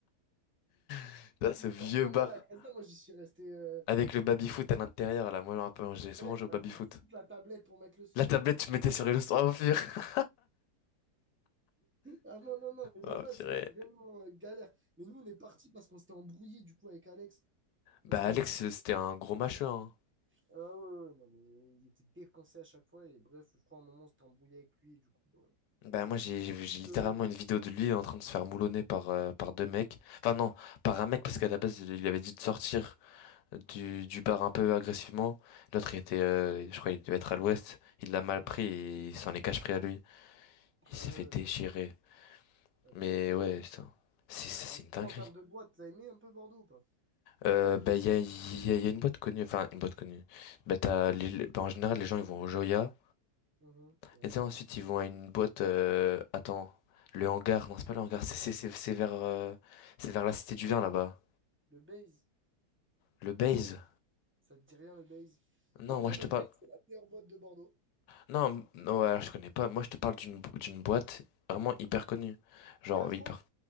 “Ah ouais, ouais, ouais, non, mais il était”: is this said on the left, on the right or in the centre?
Right